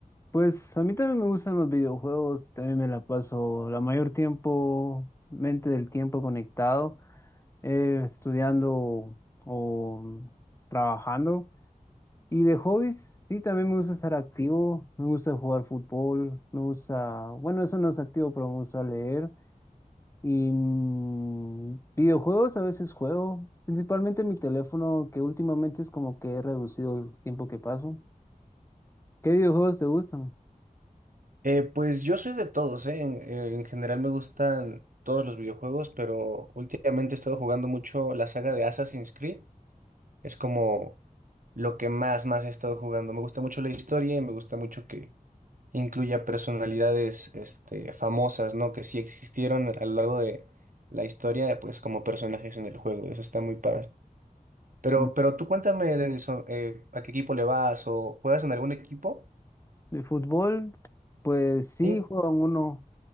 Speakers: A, on the left (about 20°); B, on the right (about 65°).
A: Pues a mí también me gustan los videojuegos, también me la paso la mayor tiempo, mente del tiempo conectado, eh, estudiando o trabajando. Y de hobbies, sí, también me gusta estar activo, me gusta jugar fútbol, me gusta, bueno, eso no es activo, pero me gusta leer. Y mm, videojuegos a veces juego, principalmente en mi teléfono, que últimamente es como que he reducido el tiempo que paso. ¿Qué videojuegos te gustan?
B: Eh, pues yo soy de todos, ¿eh? En, en general me gustan todos los videojuegos, pero últimamente he estado jugando mucho la saga de Assassin's Creed. Es como lo que más, más he estado jugando. Me gusta mucho la historia y me gusta mucho que incluya personalidades, este, famosas, ¿no? Que sí existieron a lo largo de la historia, pues como personajes en el juego. Eso está muy padre. Pero,
A: Mm.
B: pero tú cuéntame, Denilson, eh, ¿a qué equipo le vas o juegas en algún equipo?
A: De fútbol, pues sí,
B: Sí.
A: juegan uno.